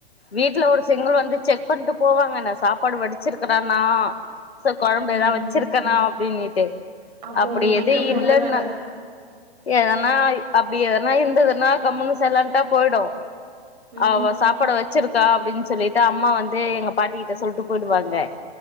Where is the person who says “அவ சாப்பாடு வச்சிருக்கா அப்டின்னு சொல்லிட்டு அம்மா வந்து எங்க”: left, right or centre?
Left